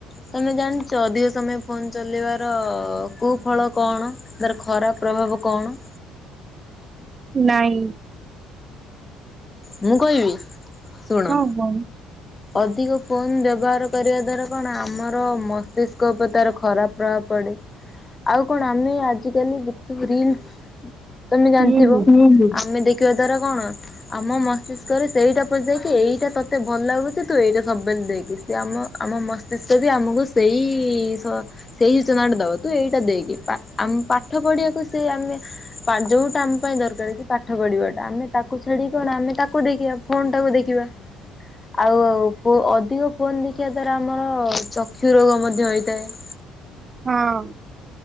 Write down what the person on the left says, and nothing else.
ତମେ ଜାଣିଛ ଅଧିକ ସମୟ ଫୋନ୍ ଚଲେଇବାର କୁ ଫଳ କଣ? ତାର ଖରାପ ପ୍ରଭାବ କଣ?
ମୁଁ କହିବି ଶୁଣ।
ଅଧିକ ଫୋନ୍ ବ୍ୟବହାର କରିବା ଦ୍ଵାରା କଣ ଆମର ମସ୍ତିଷ୍କ ଉପରେ ତାର ଖରାପ ପ୍ରଭାବ ପଡେ। ଆଉ କଣ ଆମେ ଆଜିକାଲି ଯେତେ ସବୁ ରିଲ୍ ତମେ ଜାଣିଥିବ
ଆମେ ଦେଖିବା ଦ୍ୱାରା କଣ? ଆମ ମସ୍ତିଷ୍କରେ ସେଇଟା ପଶି ଯାଏକି ଏଇଟା ତତେ ଭଲ ଲାଗୁଛି ତୁ ଏଇଟା ସବୁବେଳେ ଦେଖେ। ସେ ଆମ ଆମ ମସ୍ତିଷ୍କ ବି ଆମକୁ ସେଇ ସ ସେଇ ସୂଚନା ଟା ଦବ ତୁ ଏଇଟା ଦେଇକି ଆମ ପାଠ ପଢିବାକୁ ସେ ଆମେ ଯୋଉଟା ଆମ ପାଇଁ ଦରକାର କି ପାଠ ପଢିବାଟା ଆମେ ତାକୁ ସେଠି କଣ ଆମେ ତାକୁ ଦେଖିବା ଫୋନ୍ ଟାକୁ ଦେଖିବା। ଆଉ ଅଧିକ ଫୋନ୍ ଦେଖିବା ଦ୍ଵାରା ଆମର ଚକ୍ଷୁ ରୋଗ ମଧ୍ୟ ହୋଇଥାଏ।